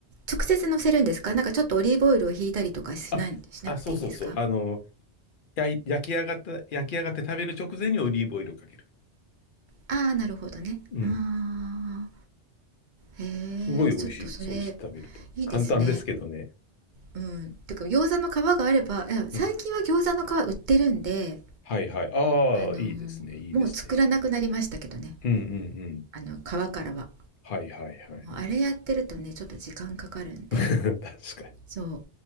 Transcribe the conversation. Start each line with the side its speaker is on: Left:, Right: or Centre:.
Right: 直接乗せるんですかなんかちょっとオリーブオイルをひいたりとかしないしなくていいんですか
Left: あ、あ、そうそうそう。あの、やい、焼き上がった、焼き上がって食べる直前にオリーブオイルをかける。
Right: ああ、なるほどね。
Left: うん。
Right: ああ、へ
Left: すごい美味しい。
Right: え、ちょっとそれ、
Left: そうして食べると。
Right: いいですね。
Left: 簡単ですけどね。
Right: うん。てか、餃子の皮があれば、いや最近は餃子の皮売ってるんで、
Left: うん。はいはい。ああ、
Right: あのー
Left: いいですね。いいですね。
Right: もう作らなくなりましたけどね。
Left: うんうんうん。
Right: あの、皮からは。
Left: はいはいはい。
Right: もうあれやってるとね、ちょっと時間かかるんで、
Left: <laughs> 確かに。
Right: そう。